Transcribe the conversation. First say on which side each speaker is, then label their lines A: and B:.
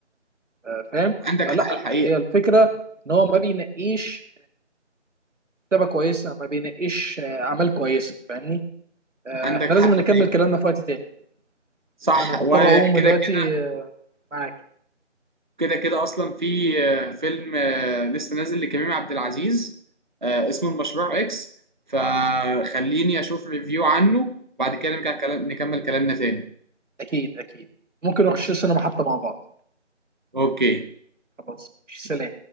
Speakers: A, on the right; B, on the right.
A: آه، فاهم
B: عندك
A: فلا
B: حق الحقيقه
A: هي الفكره ان هو ما بينقيش كتابه كويسه ما بينقيش آه، اعمال كويسه فاهمني آه،
B: عندك
A: احنا لازم
B: حق
A: نكمل
B: الحقيقه
A: كلامنا في وقت تاني
B: صح
A: ان انا مضطر
B: وكده
A: اقوم دلوقتي
B: كده
A: آه، معاك
B: كده كده اصلا في آه، فيلم آه، لسه نازل لكريم عبد العزيز آه، اسمه المشروع اكس فخليني اشوف ريفيو عنه وبعد كده نرجع كلام نكمل كلامنا تاني
A: اكيد اكيد ممكن نخش السينما حتى مع بعض
B: اوكي
A: خلاص سلام